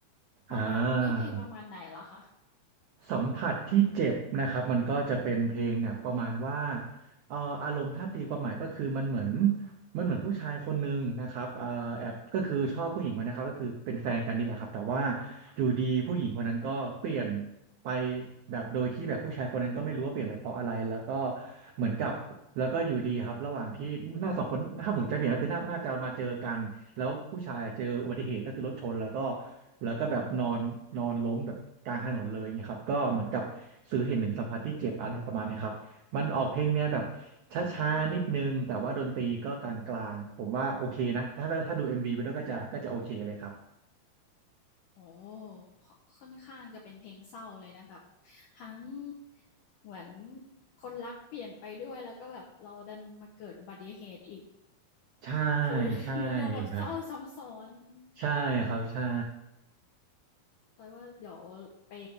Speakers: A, on the left; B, on the right.
A: ประมาณเนื้อเพลงประมาณไหนเหรอคะ
B: อ่าสัมผัสที่เจ็บนะครับมันก็จะเป็นเพลงเนี่ยประมาณว่าเอ่ออารมณ์ถ้าตีความหมายก็คือมันเหมือน มันเหมือนผู้ชายคนหนึ่งนะครับเอ่อแอบก็คือชอบผู้หญิงคนนี้ครับก็คือเป็นแฟนกันนี่แหละครับแต่ว่าอยู่ดีผู้หญิงคนนั้นก็เปลี่ยนไปแบบโดยที่แบบผู้ชายคนนั้นก็ไม่รู้ว่าเปลี่ยนไปเพราะอะไรแล้วก็เหมือนกับแล้วก็อยู่ดีครับระหว่างที่หน้าสองคนถ้าผมจำไม่ผิดก็คือน่าน่าจะมาเจอกันแล้วผู้ชายเจออุบัติเหตุก็คือรถชนแล้วก็แล้วก็แบบนอนนอนล้มแบบกลางถนนเลยไงครับก็เหมือนกับสื่อเห็นถึงสัมผัสที่เจ็บอะไรประมาณเนี้ยครับ มันออกเพลงแนวแบบช้าๆนิดนึงแต่ว่าดนตรีก็กลางๆผมว่าโอเคนะถ้าถ้าดู
A: อืม
B: MV ไปด้วยก็จะก็จะโอเคเลยครับ
A: โอ้โฮคอค่อนข้างจะเป็นเพลงเศร้าเลยนะแบบทั้งเหมือนคนรักเปลี่ยนไปด้วยแล้วก็แบบเราดันมาเกิดอุบัติเหตุอีก
B: ใช่
A: คือ <laughs>
B: ใช่
A: เนื้อเรื่องแบบเศร้าซ้ำซ้อน
B: ค่ะใช่ครับใช่
A: แต่ว่า จอยว่าเดี๋ยวไป